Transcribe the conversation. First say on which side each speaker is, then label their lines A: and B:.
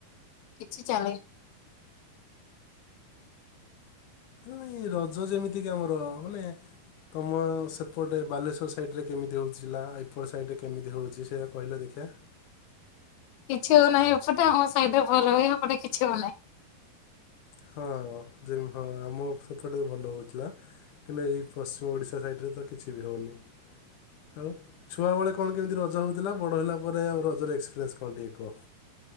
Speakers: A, on the left (about 80°); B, on the left (about 65°).
A: କିଛି ଚାଲିନି।
B: ନାଇଁ ରଜ ଯେମିତି କି ଆମର ମାନେ ତମ ସେପଟେ ବାଲେଶ୍ୱର ସାଇଡ଼େ କେମିତି ହେଉଛିଥିଲା ଆଇପଟ୍ ସାଇଡ଼େ କେମିତି ହେଉଛି ସେଇ କହିଲ ଦେଖିଆ।
A: କିଛି ହଉନାହିଁ ଏପଟେ ଆମ ସାଇଡ ରେ ଭଲ ହୁଏ ଏପଟେ କିଛି ହଉନାହିଁ।
B: ହଁ ଯେ ହଁ ଆମ ସେପଟେ ଭଲ ହଉଥିଲା। କିନ୍ତୁ ଏଇ ପଶ୍ଚିମ ଓଡ଼ିଶା ସାଇଡ଼ରେ ତ କିଛି ବି ହଉନି। ଆଉ ଛୁଆବେଳେ କଣ କେମିତି ରଜ ହେଉଥିଲା ବଡ଼ ହେଲା ପରେ ଆଉ ରଜର ଏକ୍ସପିରିଏନ୍ସ କଣ ଟିକେ କହ।